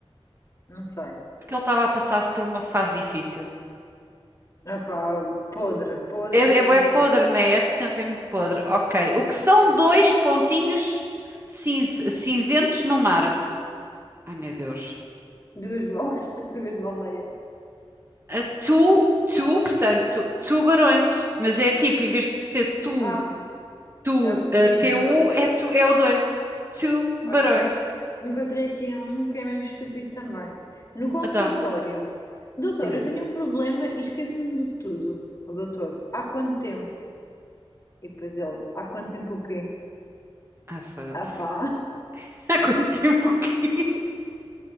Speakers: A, on the left; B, on the right.
A: Não sei.
B: Porque ele estava a passar por uma fase difícil.
A: Opá, podre, podre,
B: É, é,
A: podre,
B: é podre,
A: podre.
B: né? Este sempre foi muito podre. Ok. O que são dois pontinhos cinz- cinzentos no mar? Ai, meu Deus.
A: Duas, bal... <laughs> Duas baleias.
B: A tu, tu, portanto, tubarões. Mas é tipo, em vez de ser tu,
A: Ah,
B: tu,
A: já percebi,
B: eh, tu,
A: de dois.
B: é tu, é o dois. Tubarões.
A: Olha, enco- encontrei aqui um que é mesmo estúpido também. No consultório.
B: Então,
A: Doutor,
B: hum.
A: eu tenho um problema e esqueço-me de tudo. O doutor, há quanto tempo? E depois ele, há quanto tempo o quê?
B: Ah, foda-se.
A: Ah pá.
B: <laughs> Há quanto tempo que... <laughs>